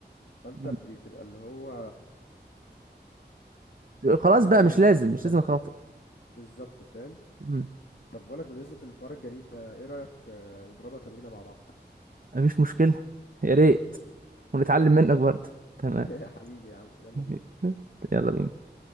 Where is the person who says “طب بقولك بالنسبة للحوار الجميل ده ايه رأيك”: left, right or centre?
Left